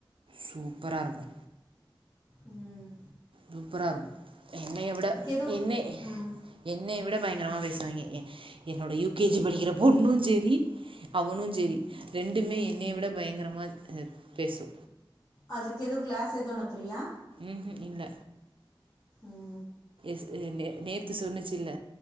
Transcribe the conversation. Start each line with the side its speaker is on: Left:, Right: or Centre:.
Right: சூப்பரா இருக்கு
Left: ம்
Right: சூப்பரா இருக்கு என்ன எவட
Left: எதுவும்
Right: என்னே
Left: ம்,
Right: என்னை விட பயங்கரமா பேசுறாய்ங்க எ என்னோட யு கே ஜி படிக்கிற பொண்ணு சேரி அவனு சேரி ரெண்டுமே என்னைய விட பயங்கரமா பேசு
Left: அதுக்கு எதுவு க்ளாஸ் எது அனுப்புரியா
Right: ம்ஹு இல்ல
Left: ம்
Right: ஸ் அ நே நேத்து சொன்னுச்சுல்ல